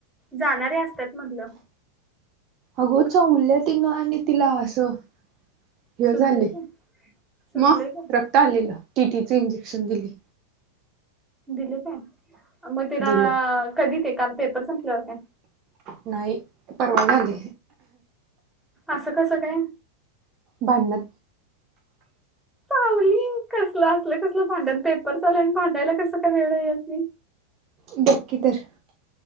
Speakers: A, in the centre; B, on the right.
A: जाणारे असतात मधलं
B: अगो च उलल्या तिनं आणि तिला असं हे
A: सुजले
B: झाले
A: का सुजले
B: मग
A: का
B: रक्त आलेलं टीटीचे इंजेक्शन दिली.
A: दिले काय मग तिला
B: दिले
A: कधी देता पेपर संपल्यावर काय?
B: नाही परवा झाली.
A: असं कसं काय?
B: भांडण.
A: पावली कसलं असलं कसलं भांडण पेपर चालूय आहे आणि भांडायला कस काय वेळ आहे ह्यासनी
B: बघ की तर